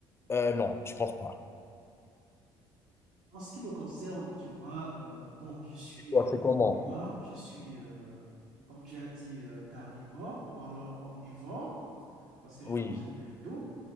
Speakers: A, on the left (about 20°); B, on the right (about 80°).
A: euh, non, je pense pas.
B: En ce qui me concerne, tu vois, euh, bon, je suis
A: Et toi,
B: euh,
A: c'est comment?
B: comme toi, je suis, euh, comme tu as dit, euh, carnivore ou alors omnivore, parce que je
A: Oui,
B: mange un peu de tout.